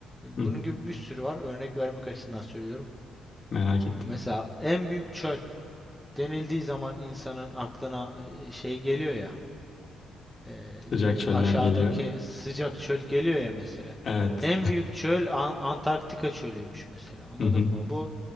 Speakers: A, on the left; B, in the centre.
A: hı,
B: bunun gibi bir sürü var. Örnek vermek açısından söylüyorum.
A: merak ettim.
B: Mesela en büyük çöl. denildiği zaman insanın aklına e, şey geliyor ya, e,
A: Sıcak
B: direkt
A: çöller
B: aşağıdaki
A: geliyor.
B: sıcak çöl geliyor ya mesela.
A: Evet.
B: En büyük çöl An- Antarktika çölüymüş mesela. Anladın
A: <laughs> Hı hı.
B: mı? Bu